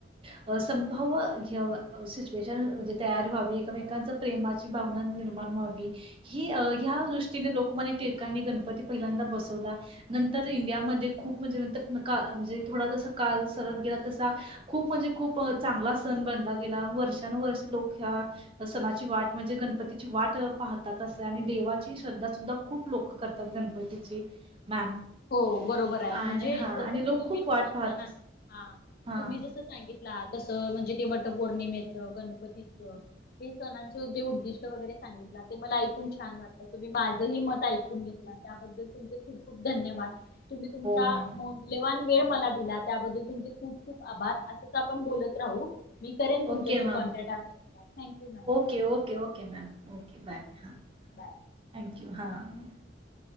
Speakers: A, on the right; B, on the left.
A: व संभाव ह्य सिचुएशन म्हणजे तयार व्हा एकमेकांच्या प्रेमाची भावना निर्माण व्हावी. ही ह्या दृष्टीने लोकमान्य टिळकांणी गणपती पहिल्यांदा बसवला. नंतर इंडियामध्ये खूप म्हणजे, नंतर का म्हणजे, थोडा जसा काल सरत गेला तसा खूप, म्हणजे खूप, चांगला सण बनला गेला वर्षानुवर्ष लोक ह्या सणाची वाट म्हणजे गणपतीची वाट पाहतात. असते आणि देवाची श्रद्धा सुद्धा खूप लोक करतात गणपतीची मॅम
B: हो बरोबर आहे
A: आणि
B: म्हणजे
A: हा
B: जसं
A: आणि
B: की
A: लोक
B: तुम्ही
A: खूप
B: तुमच्या
A: वाट पाहत
B: नांन,
A: अस
B: हा
A: हा
B: तुम्ही जस सांगित ला तस म्हणजे ते वटपौर्णिमेचं गणपतीचं हे सणांचं जे उद्दिष्ट वगैरे सांगितलं ते मला ऐकून छान वाट तुम्ही माझंही मत ऐकून घेतला त्याबद्दल तुमचे खूप खूप धन्यवाद तुम्ही तुमचा
A: हो मॅम
B: मो मुल्यवान वेळ मला दिला त्याबद्दल तुमचे खूप खूप आभार असंच आपण बोलत राहू. मी करेन तुमशी
A: ओके मॅम
B: कॉन्टॅटा thank you ma'am.
A: Okay, okay, okay, ma'am okay bye हां
B: बाय
A: थँक्यू हां.